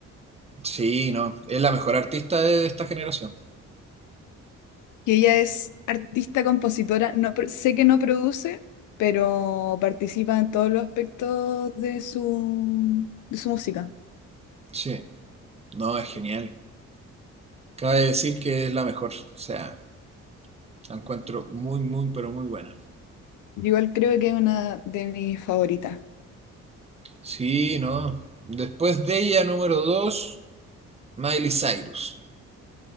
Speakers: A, on the right (about 20°); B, on the left (about 80°).
A: sí, no, es la mejor artista de esta generación.
B: Que ella es artista, compositora. No, pro- sé que no produce, pero participa en todos los aspectos de su, de su música.
A: Sí, no, es genial. Cabe decir que es la mejor, o sea, la encuentro muy, muy, pero muy buena.
B: Yo Igual creo que es una de mis favoritas.
A: Sí, no. Después de ella, número 2, Miley Cyrus.